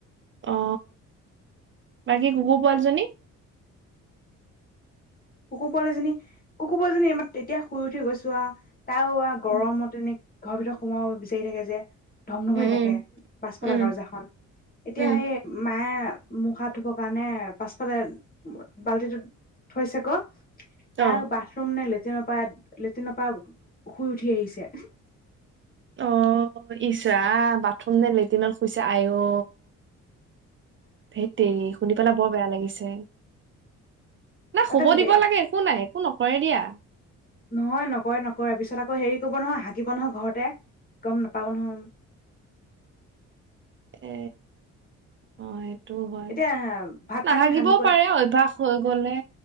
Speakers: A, on the right; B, on the left.
A: অ বাকী কুকুৰ পোৱালিজনী।
B: কুকুৰ পোৱালীজনী কুকুৰ পোৱালিজনী এতিয়া শুই উঠি গৈছো আ তাও আৰু গৰমতে
A: উম
B: এনেক ঘৰৰ ভিতৰত সোমাব বিচাৰি থাকে যে ধমধমাই
A: উম
B: থাকে। পাছফালৰ
A: উম
B: দৰ্জাখন এতিয়া
A: উম
B: সেই মায়ে মুখ হাত ধুবৰ কাৰণে পাছফালে বাল্টিটো থৈছে ক ত
A: অ
B: বাথৰুম নে লে লেট্ৰিনৰ পৰা লেট্ৰিনৰ পৰা শুই উঠি আহিছে।
A: অ ইচ ৰাম বাথৰুম নে লেট্ৰিনত শুইছে আই অ ধেৎ তেৰি শুনি পেলাই বৰ বেয়া লাগিছে। না
B: তাতে
A: শুব
B: শুই
A: দিব
B: থাকে
A: লাগে একো নাই। একো নকৰে দিয়া।
B: নহয় নকৰে নকৰে পিছত আকৌ হেৰি কৰিব নহয় হাগিব নহয় ঘৰতে গম নাপাব নহয়।
A: এ অ সেইটো। সেটো হয়।
B: এতিয়া ভাত
A: নাহাগিবও
B: পানী সানি কৰি
A: পাৰে অভ্যাস হৈ গলে